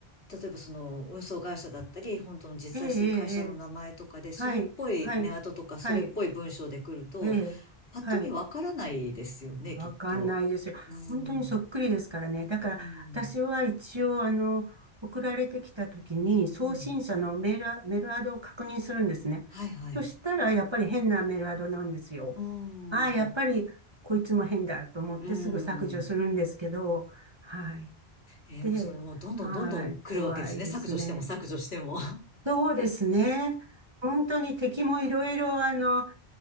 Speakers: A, on the left; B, on the right.
A: 例えばその運送会社だったり、本当の実在してる会社の名前とかで、
B: ええ、ええ、ええ
A: それっぽいメアドとか、
B: はい、はい、
A: それっぽい文章で来ると、
B: はい、ええ、
A: パッと見わからないですよね、
B: はい。わかんないですよ。
A: きっと。うーん。
B: 本当にそっくりですからね。だから、
A: うーん。
B: 私は一応、あの、送られてきた時に、送信者のメールア、
A: うん。
B: メールアドを確認するんですね。
A: はいはい。
B: そしたら、やっぱり変なメールアドなんですよ。
A: うー
B: ああ、やっぱり、
A: ん。
B: こいつも変だと思ってすぐ削除するんですけど、
A: うーん。
B: はい。
A: えー、
B: で、
A: もうそれもうどんどんどんどん来るわけですね。
B: はい、怖いですね。
A: 削除しても削除しても。<laughs>
B: そうですね。本当に敵もいろいろ、あの、